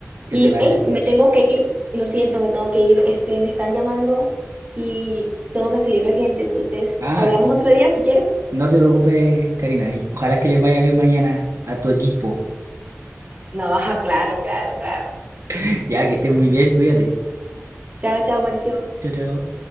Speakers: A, on the right; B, on the right.
A: Y,
B: qué te parece?
A: hey, me tengo que ir, lo siento, me tengo que ir, este, me están llamando y tengo que salir de gente, entonces,
B: Ah,
A: ¿hablamos
B: sí.
A: otro día si quieres?
B: No te preocupes, Karina. y Ojalá que les vaya bien mañana a tu equipo.
A: No, <laughs> claro, claro, claro.
B: <laughs> Ya que estés muy bien, cuídate.
A: Chao, chao, Mauricio.
B: Chao, chao.